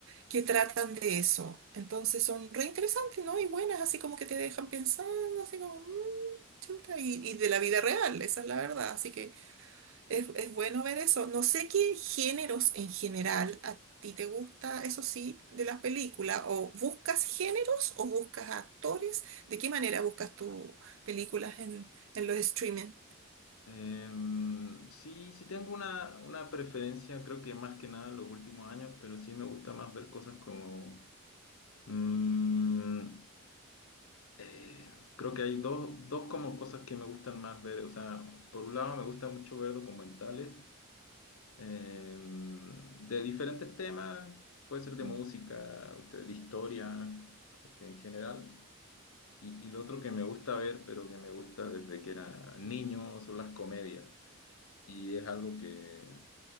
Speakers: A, on the right; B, on the left.
A: que tratan de eso. Entonces son re interesantes, ¿no? Y buenas, así como que te dejan pensando, así como, "Mm, chuta", y, y de la vida real, esa es la verdad. Así que es, es bueno ver eso. No sé qué géneros en general a ti te gusta, eso sí, de las películas, o buscas géneros o buscas actores. ¿De qué manera buscas tus películas en, en los streaming?
B: Em, sí, sí tengo una, una preferencia, creo que más que nada en los últimos años, pero sí me gusta más ver cosas como... mm, eh, creo que hay dos, dos como cosas que me gustan más ver. O sea, por un lado me gusta mucho ver documentales em, de diferentes temas, puede ser de
A: Mm.
B: música, usted, de historia, este, en general. Y, y lo otro que me gusta ver, pero que me gusta desde que era niño, son las comedias. Y es algo que